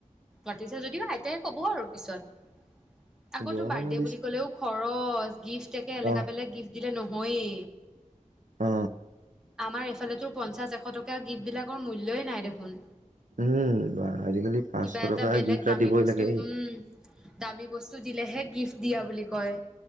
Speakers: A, in the centre; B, on the right.
A: মাতিছে যদিও আইতাই কব আৰু পিছত আকৌ
B: যোৱাবাৰ
A: তোৰ বাৰ্থডে
B: মাতিছিল
A: বুলি ক'লেও খৰচ গিফ্ট একে এলেকা
B: অ
A: পেলেগ গিফ্ট দিলে নহয়েই
B: অ
A: আমাৰ এইফালেতো পঞ্চাশ এশ টকা গিফ্টবিলাক মূল্যই নাই দেখোন
B: উম বা আজিকালি পাঁচশ
A: কিবা এটা
B: টকাৰ
A: বেলেগ
B: গিফ্ট এটা
A: দামী
B: দিবই
A: বস্তু
B: লাগে
A: উম দামী বস্তু দিলেহে গিফ্ট দিয়া বুলি কয়